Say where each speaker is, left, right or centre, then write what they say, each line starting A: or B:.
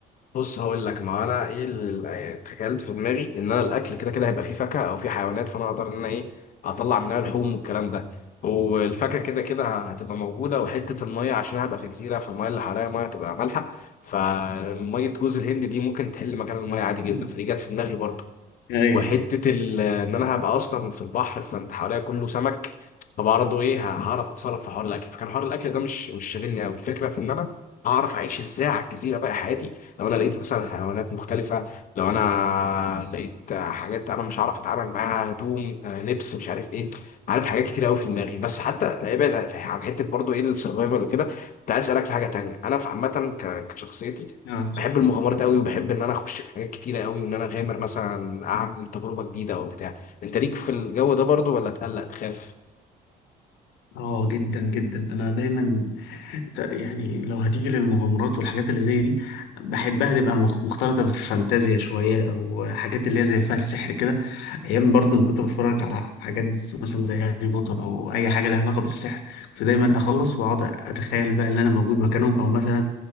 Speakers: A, on the left; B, on the left.
A: بص هقول لك ما انا ايه اللي تخيلت في دماغي ان انا الاكل كده كده هيبقى فيه فاكهه او فيه حيوانات فانا اقدر ان انا ايه اطلع منها لحوم والكلام ده والفاكهه كده كده هتبقى موجوده وحته الميه عشان أنا هبقى في جزيره فالميه اللي حواليا ميه هتبقى مالحه فميه جوز الهند دي ممكن تحل مكان الميه عادي جدا
B: <laughs>
A: فدي جت في دماغي برضو
B: ايوه
A: وحته ال- ان انا هبقى اصلا في البحر فانت حواليا كله سمك فبرضه ايه ه- هعرف اتصرف في حوار الاكل فكان حوار الاكل ده مش مش شاغلني قوي الفكره في ان انا اعرف اعيش ازاي على الجزيره بقى حياتي لو انا لقيت مثلا حيوانات مختلفه لو انا لقيت حاجات انا مش عارف اتعامل معاها هدوم آه، لبس مش عارف ايه عارف حاجات كتير قوي في دماغي بس حتى ابعد عن عن حته برضه ايه السرفايفل وكده كنت عايز اسالك في حاجه تانيه انا في عامه ك- كشخصيتي
B: اه
A: بحب المغامرات قوي وبحب ان انا اخش في حاجات كتيره قوي وان انا اغامر مثلا اعمل تجربه جديده او بتاع انت ليك في الجو ده برضو ولا تقلق تخاف
B: اه جدا جدا انا دايما ت- يعني لو هتيجي للمغامرات والحاجات اللي زي دي بحبها تبقى مخ- مختلطه بالفانتازيا شويه او حاجات اللي هي زي فيها السحر كده ايام برضه ما كنت بتفرج على حاجات مثلا زي هاري بوتر او اي حاجه لها علاقه بالسحر كنت دايما اخلص واقعد اتخيل بقى ان انا موجود مكانهم او مثلا